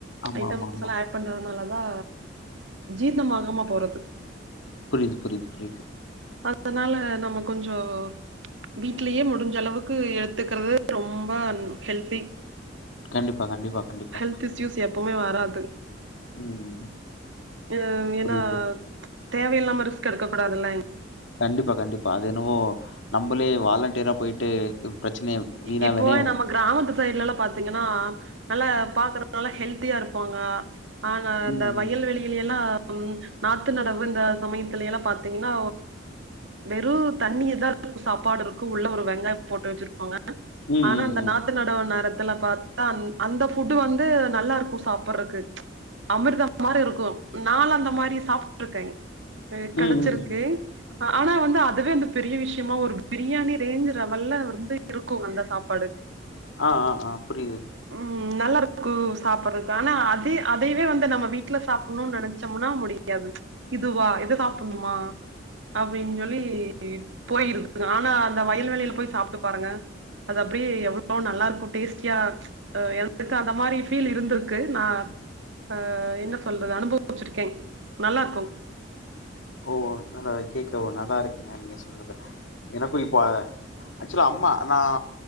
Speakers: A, on the left (about 85°); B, on the right (about 75°).
A: ஆமாமாமா.
B: ஐட்டம்ஸ்லா ஆட் பண்றனாலதா ஜீர்ணமாகாம போறது
A: புரிது புரிது புரிது
B: அதனால நம்ம கொஞ்சோ வீட்லியே முடுஞ்ச அளவுக்கு எத்துக்கறது ரொம்ப ஹெல்த்தி
A: கண்டிப்பா கண்டிப்பா கண்டிப்பா.
B: ஹெல்த் இஸ்யூஸ் எப்பொமே வராது.
A: ம்.
B: ம்
A: புரியுது.
B: எனா தேவயில்லாம ரிஸ்க் எடுக்க கூடாதுல்ல.
A: கண்டிப்பா கண்டிப்பா. அது என்னவோ நம்மளே வாலண்டியரா போய்ட்டு பிரச்சனைய வீணா
B: இப்போ
A: வெனய
B: நம்ம கிராமத்து சைட்லலா பாத்தீங்கன்னா நல்லா பாக்குறங்கல்லா ஹெல்த்தியா இருப்பாங்க. ஆனா
A: ம்,
B: இந்த
A: ம்.
B: வயல்வெளி வெளி எல்லா உ நாத்து நடவு இந்த சமயத்துல எல்லா பாத்தீங்கன்னா வெறு தண்ணிதா சாப்பாடு இருக்கு. உள்ள ஒரு வெங்காயோ போட்டு வெச்சிருப்பாங்க.
A: ம், ம்,
B: ஆனா அந்த
A: ம்.
B: நாட்டு நடவு நேரத்துல பாத்தா அ அந்த ஃபுட்டு வந்து நல்லா இருக்கு சாப்பட்றக்கு அமிர்தம் மாரி இருக்கு. நாலா அந்த மாரி சாப்ட்டுருக்கே
A: ம்,
B: கெடச்சிருக்கு.
A: ம், ம்.
B: ஆனா வந்து அதுவே வந்து பெரிய விஷ்யமா ஒரு பிரியாணி ரேஞ்ச் ரவல்ல ரொம்ப இருக்கு அந்த சாப்பாடு
A: ஆ ஆ ஆ புரியுது
B: ம் நல்லா இருக்கு ம் சாப்பற்றகு ஆனா அதே அதைவே வந்து நம்ம வீட்ல சாப்புட்ணு நனச்சம்னா முடியாது. இதுவா இத சாப்புட்ணுமா அப்டின் சொல்லி போயிருது நானு அந்த வயல் வெளில போய் சாப்ட்டு பாருங்க அது அப்டியே எவ்ளோ நல்லா இருக்கு டேஸ்டியா அ எனக் அந்த மாரி ஃபீல் இருந்துருக்கு நா ஆ என்ன சொல்றது அனுபவிச்சிருக்கே. நல்லா இருக்கு.
A: ஓ நல்லா கேட்கவு நல்லா இருக்குங்க நீங் நீங்க சொல்றது. எனக்கு இப்ப ஆக்சுலா அம்மா நா